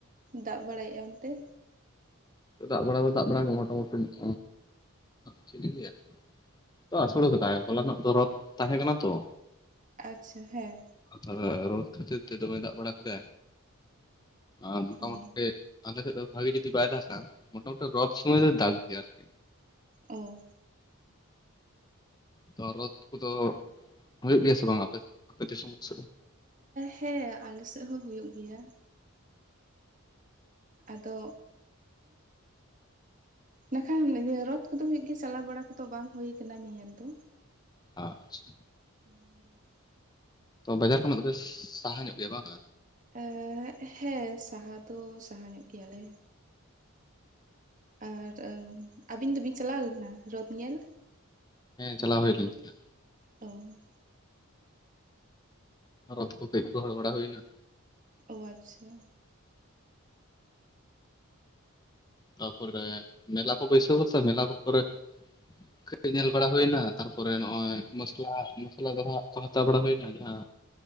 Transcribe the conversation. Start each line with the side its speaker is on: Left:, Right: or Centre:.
Right: ᱫᱟᱜ ᱵᱟᱲᱟᱭᱮᱜ-ᱟ ᱚᱱᱛᱮ?
Left: ᱫᱟᱜ ᱵᱟᱲᱟ ᱫᱚ ᱫᱟᱜ ᱵᱟᱲᱟ ᱜᱮ ᱢᱚᱴᱟ ᱢᱩᱴᱤ <unintelligible> ᱪᱮᱫ ᱞᱤᱧ ᱞᱟᱹᱭᱟ? ᱛᱚ ᱟᱥᱳᱲ ᱟᱠᱟᱫᱟᱭ ᱦᱚᱞᱟᱱᱚᱜ ᱫᱚ ᱨᱚᱛ ᱛᱟᱦᱮᱸ ᱠᱟᱱᱟ ᱛᱚ᱾
Right: ᱟᱪᱪᱷᱟ ᱦᱮᱸ᱾
Left: ᱟᱨ ᱛᱟᱦᱞᱮ ᱨᱚᱛ ᱠᱷᱟᱹᱛᱤᱨ ᱛᱮ ᱫᱚᱢᱮ ᱫᱟᱜ ᱵᱟᱲᱟ ᱠᱮᱫᱟᱭ ᱟᱨ ᱢᱚᱴᱟ
Right: ᱚ
Left: ᱢᱩᱴᱤ ᱟᱞᱮ ᱥᱮᱫ ᱫᱚ ᱵᱷᱟᱜᱤ ᱡᱩᱫᱤ ᱵᱟᱭ ᱫᱟᱜᱟ, ᱢᱚᱴᱟ ᱢᱩᱴᱤ ᱨᱚᱛ ᱥᱚᱢᱚᱭ ᱫᱚ ᱫᱟᱜ ᱜᱮᱭᱟ ᱟᱨᱠᱤ᱾
Right: ᱳ᱾
Left: ᱛᱚ ᱨᱚᱛ ᱠᱚᱫᱚ ᱦᱳᱭᱳᱜ ᱜᱮᱭᱟ ᱥᱮ ᱵᱟᱝ ᱟᱯᱮ ᱥᱮᱫ ᱟᱯᱮ ᱫᱤᱥᱚᱢ ᱥᱮᱫ?
Right: ᱦᱮᱸ ᱟᱞᱮ ᱥᱮᱜ ᱦᱚᱸ ᱦᱩᱭᱩᱜ ᱜᱮᱭᱟ᱾ ᱟᱫᱚ᱾ ᱢᱮᱠᱷᱟᱱ ᱨᱚᱛᱷ ᱠᱚᱫᱚ ᱦᱩᱭᱩᱜ ᱜᱮᱭᱟ᱾ ᱪᱟᱞᱟᱣ ᱵᱟᱲᱟ ᱠᱚᱫᱚ ᱵᱟᱝ ᱦᱩᱭ ᱠᱟᱱᱟ ᱧᱮᱧᱮᱞ ᱫᱚ᱾
Left: ᱟᱪᱪᱷᱟ᱾
Right: ᱦᱩᱸ
Left: ᱛᱚ ᱵᱟᱡᱟᱨ ᱠᱷᱚᱱᱟᱜ ᱫᱚ ᱵᱮᱥ ᱥᱟᱦᱟ ᱧᱚᱜ ᱜᱮᱭᱟ ᱵᱟᱝᱼᱟ?
Right: ᱮᱸᱜ ᱦᱮᱸ, ᱥᱟᱦᱟ ᱫᱚ ᱥᱟᱦᱟ ᱧᱚᱜ ᱜᱮᱭᱟ ᱞᱮ᱾ ᱟᱨ ᱟᱹᱵᱤᱱ ᱫᱚᱵᱤᱱ ᱪᱟᱞᱟᱣ ᱞᱮᱱᱟ ᱨᱚᱛ ᱧᱮᱞ?
Left: ᱦᱮᱸ ᱪᱟᱞᱟᱣ ᱦᱳᱭ ᱞᱮᱱ ᱜᱮᱭᱟ᱾
Right: ᱛᱚ᱾
Left: ᱨᱚᱛ ᱠᱚ ᱠᱟᱹᱡ ᱜᱚᱦᱚᱲ ᱵᱟᱲᱟ ᱦᱳᱭᱱᱟ᱾
Right: ᱳ ᱟᱪᱪᱷᱟ᱾
Left: ᱛᱟᱯᱚᱨᱮ ᱢᱮᱞᱟ ᱠᱚ ᱵᱟᱹᱭᱥᱟᱹᱣ ᱠᱟᱫᱟ <unintelligible> ᱢᱮᱞᱟ ᱠᱚᱨᱮ, ᱠᱟᱹᱡ ᱧᱮᱞ ᱵᱟᱲᱟ ᱦᱳᱭᱱᱟ ᱾ ᱛᱟᱨᱼᱼ ᱯᱚᱨᱮ ᱱᱚᱜᱼᱚᱭ <unintelligible> ᱢᱚᱥᱞᱟ, ᱢᱚᱥᱞᱟ ᱫᱚᱦᱚᱣᱟᱜ ᱠᱚ ᱦᱟᱛᱟᱣ ᱵᱟᱲᱟ ᱦᱳᱭᱱᱟ᱾ ᱡᱟᱦᱟᱸ